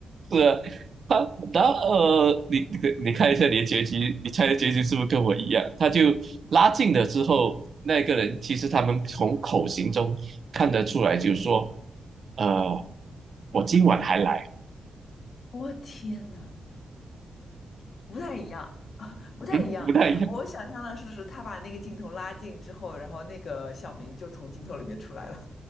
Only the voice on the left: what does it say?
我、天呐，不太一样，不太一样。
我想象的是，是他把那个镜头拉近之后，然后那个小明就从镜头里面出来了。